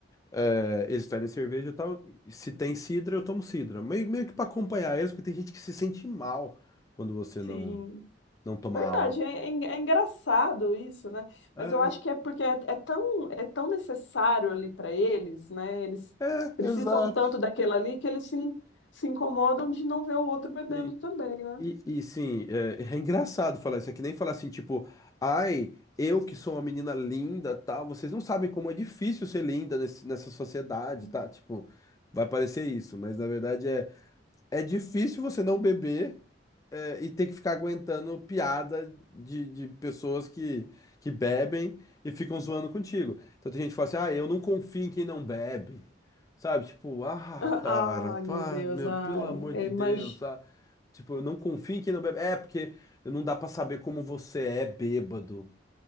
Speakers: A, on the left; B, on the left.
A: É, eles pedem cerveja e tal. Se tem sidra, eu tomo sidra. Meio, meio que pra acompanhar eles, porque tem gente que se sente mal quando você não,
B: Sim.
A: não toma
B: Verdade,
A: álcool.
B: é, é en- é engraçado isso, né?
A: É,
B: Mas eu acho que é porque é, é tão, é tão necessário ali para eles, né? Eles
A: é,
B: precisam
A: exato.
B: tanto daquilo ali que eles se, in- se incomodam de não ver o outro bebendo
A: Sim.
B: também, né?
A: E, e sim, é, é engraçado falar isso. É que nem falar assim, tipo, ai, eu que sou uma menina linda, tal. Vocês não sabem como é difícil ser linda nesse- nessa sociedade,
B: <laughs>
A: tá? Tipo, vai parecer isso, mas na verdade é, é difícil você não beber. é, e ter que ficar aguentando piada de, de pessoas que, que bebem e ficam zoando contigo. Então tem gente que fala assim, ah, eu não confio em quem não bebe. Sabe? Tipo, ah,
B: Ai,
A: cara, pá,
B: meu Deus,
A: meu,
B: ai,
A: pelo amor de
B: imagina.
A: Deus, sabe? Tipo, eu não confio em quem não bebe. É, porque não dá pra saber como você é bêbado.